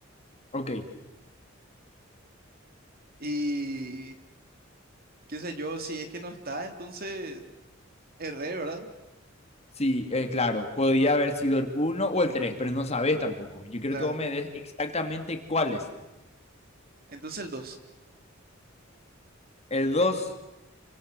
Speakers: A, on the left (about 35°); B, on the right (about 50°).
A: Ok.
B: Y qué sé yo, si es que no está, entonces erré, ¿verdad?
A: Sí, eh, claro. Podía haber sido el uno o el 3 pero no sabes tampoco. Yo quiero
B: Claro.
A: que vos me des exactamente cuál es.
B: Entonces el dos
A: El dos